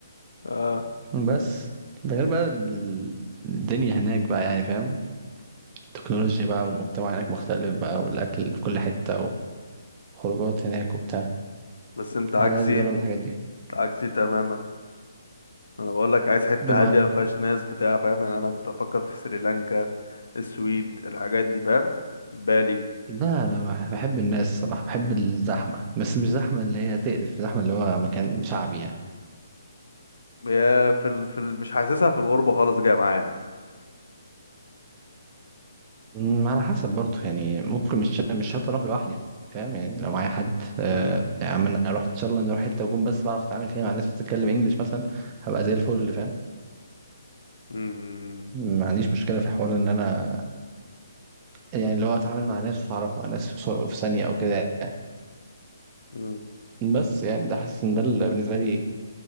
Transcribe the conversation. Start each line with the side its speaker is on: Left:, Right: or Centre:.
Left: اه
Right: بس ده غير بقى ال- الدنيا هناك بقى يعني فاهم التكنولوجيا بقى والمجتمع هناك مختلف بقى والاكل في كل حته وخروجات هناك وبتاع
Left: بس انت عكسي
Right: الواحد عايز يجرب الحاجات دي
Left: عكسي تماما انا بقول لك عايز حتة
Right: بمعنى
Left: هادية ما فيهاش ناس بتاع فاهم يعني انا كنت افكر في سريلانكا السويد الحاجات دي فاهم بالي
Right: لا انا بح- بحب الناس صراحه بحب الزحمه بس مش زحمه اللي هي تقرف زحمه اللي هو مكان شعبي يعني
Left: هي في ال... في ال... مش حاسسها في الغربة خالص جاية معايا
Right: أمم، على حسب برضه يعني ممكن مش مش شرط اروح لوحدي فاهم يعني لو معايا حد آه
Left: امم
Right: يعني اما انا اروح ان شاء الله نروح حته وأكون بس بعرف اتعامل فيها مع ناس بتتكلم انجلش مثلا هبقى زي الفل فاهم
Left: امم
Right: ما عنديش مشكله في حوار ان انا يعني اللي هو اتعامل مع ناس واتعرف على ناس في سو- في ثانيه او كده يعني
Left: امم
Right: بس يعني ده حاسس ان ده اللي بالنسبه لي